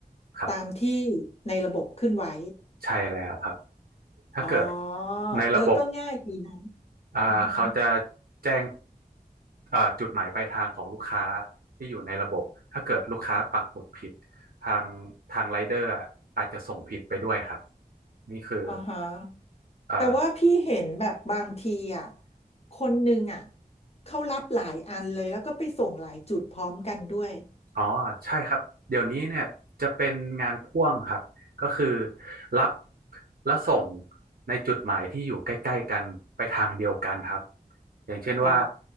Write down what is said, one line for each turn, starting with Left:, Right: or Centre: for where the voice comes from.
Right: ครับ
Left: ตามที่ในระบบขึ้นไว้
Right: ใช่แล้วครับถ้าเกิด
Left: อ๋อ
Right: ในระบบ
Left: เออก็ง่ายดีนะ
Right: อ่าเขาจะ
Left: อือฮึ
Right: แจ้งเอ่อจุดหมายปลายทางของลูกค้าที่อยู่ในระบบถ้าเกิดลูกค้าปักหมุดผิดทางทางไรเดอร์อาจจะส่งผิดไปด้วยครับนี่คือ
Left: อ่าฮะ
Right: เอ่อ
Left: แต่ว่าพี่เห็นแบบบางทีอ่ะคนหนึ่งอ่ะเขารับหลายอันเลยแล้วก็ไปส่งหลายจุดพร้อมกันด้วย
Right: อ๋อใช่ครับเดี๋ยวนี้เนี่ยจะเป็นงานพ่วงครับก็คือรับและส่งในจุดหมายที่อยู่ใกล้ๆกันไปทางเดียวกันครับอย่างเช่นว่า
Left: อ๋อ